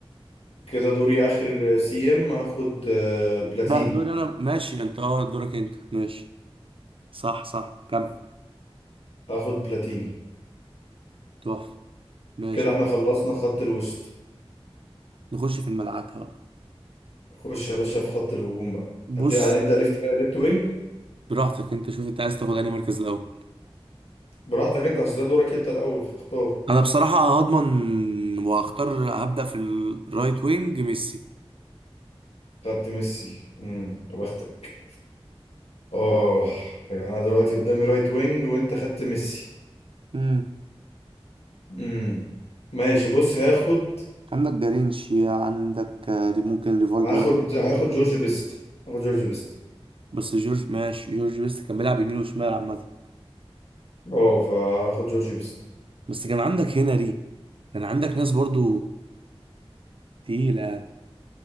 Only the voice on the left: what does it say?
كده دوري اخر آه، سي ام هاخد آه، بلاتيني
هاخد بلاتيني
كده
احنا خلصنا
خط الوسط
خش يا باشا في خط الهجوم بقى
هت- هنبدأ ليفت بقى ليفت وينج
براحتك انت اصل ده دورك انت الاول فاختار
خدت ميسي امم يا بختك اه يعني انا دلوقتي قدامي رايت وينج وانت خدت ميسي
امم ماشي بص هاخد
هاخد
هاخد جورج بيست هاخد جورج بيست
اه فهاخد جورج بيست